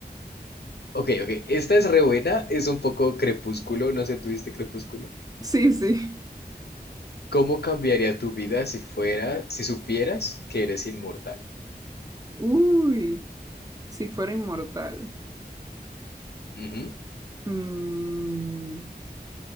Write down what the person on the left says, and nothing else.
Ok, ok, esta es re buena, es un poco crepúsculo, no sé, ¿tuviste crepúsculo?
¿Cómo cambiaría tu vida si fuera, si supieras que eres inmortal?
Ujú.